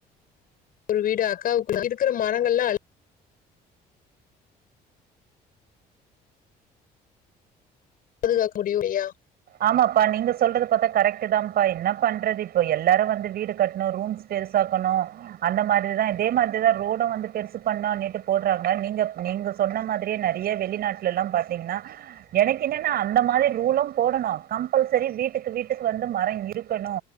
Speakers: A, on the left; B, on the right.
A: ஒரு வீடு அக்காவுக்கு இருக்கிற மரங்கள்லா அளி பாதுகாக்க முடியு இல்லயா
B: ஆமாப்பா நீங்க சொல்றது பாத்தா கரெக்ட் தாம்பா என்ன பண்றது இப்போ எல்லாரு வந்து வீடு கட்ணௌ ரூம்ஸ் பெருசாக்கணு அந்த மாதிரிதா இதே மாதிரிதா ரோடோ வந்துட்டு பெருசு பண்ணு இன்னிட்டு போட்றாங்க நீங்க நீங்க சொன்ன மாதிரியே நெறைய வெளிநாட்லல்லாம் பாத்தீங்கனா எனக்கு என்னன்ன அந்த மாதிரி ரூலும் போடணு கம்ஃபல்சரி வீட்டுக்கு வீட்டுக்கு வந்து மரோ இருக்கணு